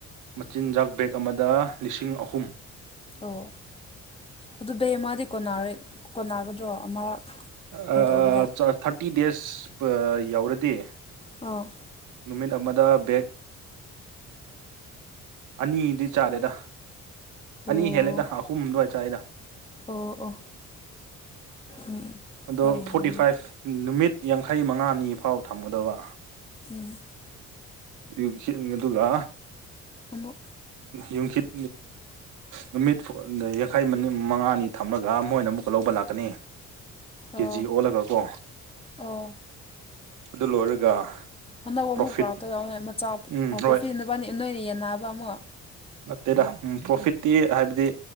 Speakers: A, on the right; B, on the left.
A: ꯃꯆꯤꯟꯖꯥꯛ ꯕꯦꯛ ꯑꯃꯗ ꯂꯤꯁꯤꯡ ꯑꯍꯨꯝ
B: ꯑꯣ ꯑꯗꯨ ꯕꯦ ꯃꯥꯗꯤ ꯀꯣꯟꯅꯒꯗ꯭ꯔꯣ ꯑꯃꯔꯛ
A: ꯑꯥ
B: ꯀꯩꯅꯣ ꯇꯧꯕꯗ
A: ꯊꯥꯔꯇꯤ ꯗꯦꯖ ꯌꯥꯎꯔꯗꯤ
B: ꯑꯣ
A: ꯅꯨꯃꯤꯠ ꯑꯃꯗ ꯕꯦꯛ ꯑꯅꯤꯗꯤ ꯆꯥꯂꯦꯗ
B: ꯑꯣ
A: ꯑꯅꯤ ꯍꯦꯜꯂꯦꯗ ꯑꯍꯨꯝ ꯑꯗꯨꯋꯥꯏ ꯆꯏꯗ
B: ꯑꯣ ꯑꯣ ꯎꯝ
A: ꯑꯗꯣ
B: ꯍꯣꯏ ꯌꯥꯝꯃꯝꯃꯦ
A: ꯐꯣꯔꯇꯤ ꯐꯥꯏꯚ ꯅꯨꯃꯤꯠ ꯌꯥꯡꯈꯩ ꯃꯉꯥꯅꯤ ꯐꯥꯎ ꯊꯝꯒꯗꯕ
B: ꯎꯝ
A: ꯌꯨꯈꯤꯠ ꯑꯗꯨꯒ
B: ꯑꯃꯨꯛ
A: ꯌꯨꯝꯈꯤꯠ ꯅꯨꯃꯤꯠ ꯌꯥꯡꯈꯩ ꯃꯉꯥꯅꯤ ꯊꯝꯂꯒ ꯃꯣꯏꯅ ꯑꯃꯨꯛꯀ ꯂꯧꯕ ꯂꯥꯛꯀꯅꯤ
B: ꯑꯣ
A: ꯀꯦ ꯖꯤ ꯑꯣꯜꯂꯒ ꯀꯣ
B: ꯑꯣ
A: ꯑꯗꯨ ꯂꯣꯏꯔꯒ
B: ꯑꯅꯧ ꯑꯃꯨꯛ
A: ꯄ꯭ꯔꯣꯐꯤꯠ
B: ꯄꯨꯔꯥ ꯇꯧꯎ ꯃꯆꯥ
A: ꯎꯝ ꯍꯣꯏ
B: ꯄ꯭ꯔꯣꯐꯤꯠꯅ ꯄꯅꯤ ꯅꯣꯏꯅ ꯌꯦꯟꯅꯕ ꯑꯃꯨꯛ
A: ꯅꯠꯇꯦꯗ ꯄ꯭ꯔꯣꯐꯤꯠꯇꯤ ꯍꯥꯏꯕꯗꯤ